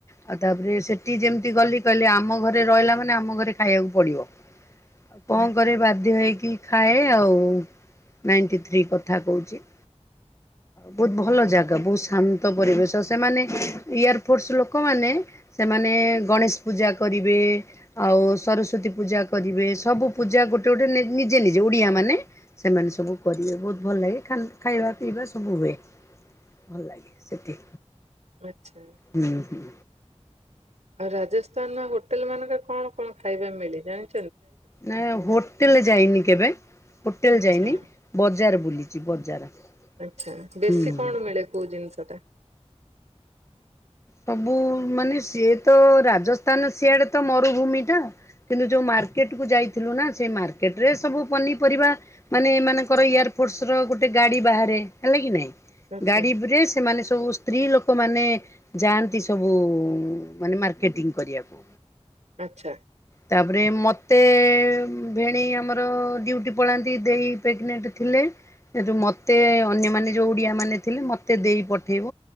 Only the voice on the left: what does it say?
ଆଉ ତାପରେ ସେଠି ଯେମିତି ଗଲି କହିଲେ ଆମ ଘରେ ରହିଲା ମାନେ ଆମ ଘରେ ଖାଇବାକୁ ପଡିବ। କଣ କରିବି ବାଧ୍ୟ ହେଇକି ଖାଏ ଆଉ ନାଇଣ୍ଟି ଥ୍ରୀ କଥା କହୁଛି। ବହୁତ ଭଲ ଜାଗା ବହୁତ। ଶାନ୍ତ ପରିବେଶ ସେମାନେ ଇୟାର ଫୋର୍ସ ଲୋକମାନେ ସେମାନେ ଗଣେଶ ପୂଜା କରିବେ ଆଉ ସରସ୍ଵତୀ ପୂଜା କରିବେ ସବୁ ପୂଜା ଗୋଟେ ଗୋଟେ ନିଜେ ନିଜେ ଓଡ଼ିଆ ମାନେ ସେମାନେ ସବୁ କରିବେ ବହୁତ ଭଲ ଲାଗେ ଖାଇବା ପିଇବା ସବୁ ହୁଏ। ଭଲ ଲାଗେ ସେଠି।
ହୁଁ ହୁଁ।
ନା ହୋଟେଲ ଯାଇନି କେବେ ହୋଟେଲ
ଯାଇନି ବଜାର ବୁଲିଛି ବଜାର ହୁ।
ସବୁ ମାନେ ସିଏ ତ ରାଜସ୍ଥାନ ସିଆଡେ ତ ମରୁଭୂମିଟା କିନ୍ତୁ ଯୋଉ ମାର୍କେଟ କୁ ଯାଇଥିଲୁ ନା ସେ ମାର୍କେଟ ରେ ସବୁ ପନିପରିବା ମାନେ ଏମାନଙ୍କର ଇୟାର ଫୋର୍ସ ର ଗୋଟେ ଗାଡି ବାହାରେ ହେଲା କି ନାଇଁ।
ଗାଡିଵ୍ ରେ ସେମାନେ ସବୁ ସ୍ତ୍ରୀ ଲୋକମାନେ- ଯାଆନ୍ତି ସବୁ ମାନେ ମାର୍କେଟିଂ କରିବାକୁ।
ତାପରେ ମତେ ଏ- ଭେଣେଇ ଆମର ଡିଉଟି ପଳାନ୍ତି ଦେଇ ପ୍ରେଗନେଣ୍ଟ ଥିଲେ ମତେ ଅନ୍ୟମାନେ ଯୋଉ ଓଡିଆ ମାନେ ଥିଲେ ମତେ ଦେଇ ପଠେଇବ